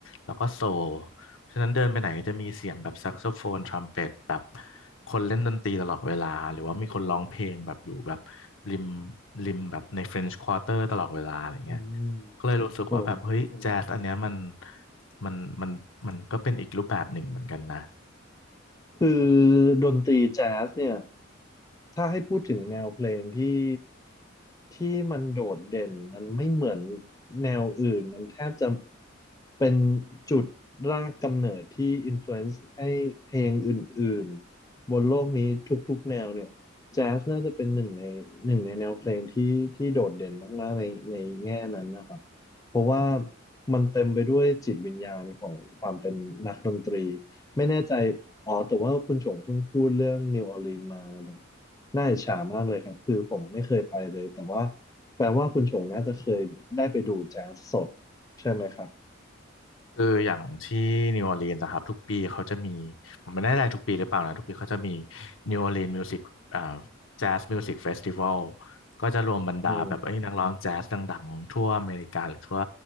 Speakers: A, on the left; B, on the left.
A: แล้วก็โซลเพราะฉะนั้นเดินไปไหนจะมีเสียงแบบแซกโซโฟนทรัมเป็ตแบบคนเล่นดนตรีตลอดเวลาหรือว่ามีคนร้องเพลงแบบอยู่แบบริมริมแบบใน French Quarter ตลอดเวลาอะไรเงี้ย
B: อืม
A: ก็เลยรู้สึกว่าแบบเฮ้ยอแจ๊สอันเนี้ยมัน
B: ผม
A: มันมันมันก็เป็นอีกรูปแบบหนึ่งเหมือนกันนะ
B: คือดนตรีแจ๊สเนี่ย ถ้าให้พูดถึงแนวเพลงที่ที่มันโดดเด่นมันไม่เหมือนแนวอื่นมันแทบจะเป็นจุดรากกำเนิดที่อินฟลูเอนซ์ให้เพลงอื่นๆบนโลกนี้ทุกๆแนวเนี่ยแจ๊สน่าจะเป็นหนึ่งในหนึ่งในแนวเพลงที่ที่โดดเด่นมากๆในในแง่นั้นนะครับเพราะว่ามันเต็มไปด้วยจิตวิญญาณของความเป็นนักดนตรีไม่แน่ใจอ๋อแต่ว่าคุณชงเพิ่งพูดเรื่องนิวออร์ลีนมา น่าอิจฉามากเลยครับคือผมไม่เคยไปเลยแต่ว่าแปลว่าคุณชงน่าจะเคยได้ไปดูแจ๊สสดใช่ไหมครับ
A: คืออย่างที่นิวออร์ลีนส์นะครับทุกปีเขาจะมีผมไม่แน่ใจทุกปีหรือเปล่านะทุกปีเขาจะมีนิวออร์ลีนส์มิวสิกอ่าแจ๊สมิวสิกเฟสติวัลก็จะรวมบรรดาแบบไอ้ยนักร้องแจ๊สดังๆทั่วอเมริกาหรือทั่ว
B: อืม